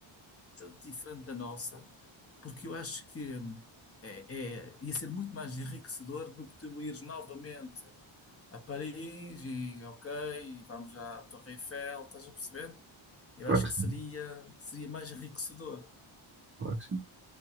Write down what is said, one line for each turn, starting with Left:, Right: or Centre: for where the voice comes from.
Left: é diferente da nossa porque eu acho que hum, é, é- ia ser muito mais enriquecedor do que tu ires novamente a Paris e ok, vamos à Torre Eiffel, estás a perceber? Eu
Right: claro
Left: acho
Right: que
Left: que
Right: sim,
Left: seria, seria mais enriquecedor.
Right: claro que sim,